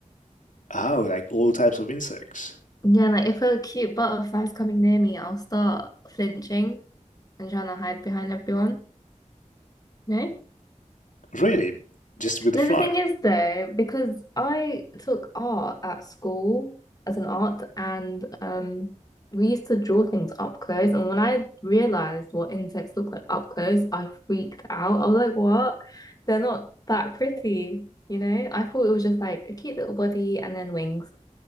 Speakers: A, on the left; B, on the left.
A: oh, like all types of insects.
B: Yeah, like if a cute butterfly's coming near me, I'll start flinching and trying to hide behind everyone. No?
A: Really? Just with the
B: No,
A: fly?
B: the thing is though, because I took art at school as an art and um we used to draw things up close and when I realized what insects look like up close, I freaked out. I was like, what? They're not that pretty, you know? I thought it was just like a cute little body and then wings,